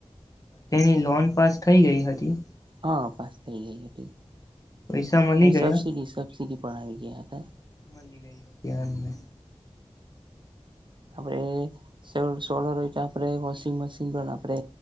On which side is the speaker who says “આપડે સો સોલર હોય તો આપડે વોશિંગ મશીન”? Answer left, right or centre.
Right